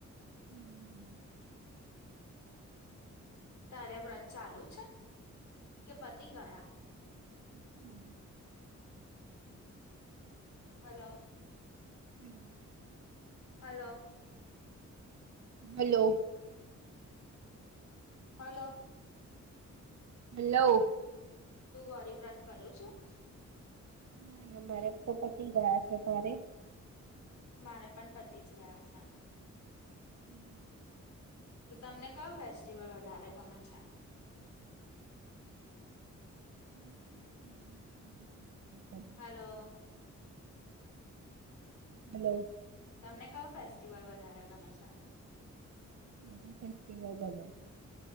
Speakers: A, on the right; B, on the left.
A: હમ <unintelligible>
B: તારે વ્રત ચાલુ છે કે પતિ ગયા.
A: હ <unintelligible>
B: હલો.
A: હમ <unintelligible>
B: હલો.
A: હલો.
B: હલો.
A: હલો.
B: તું ગૌરી વત કરું છું.
A: ના ના મારે તો પતી ગયા છે અત્યારે.
B: મારા પણ પતિ જ ગયા છે.
A: હમ <unintelligible>
B: તો તમને કયો ફેસ્ટિવલ વધારે ગમે છે.
A: હ <unintelligible>
B: હલો.
A: હલો.
B: તમને કયો ફેસ્ટિવલ વધારે ગમે છે.
A: જા ફેસ્ટિવલ બમે <unintelligible>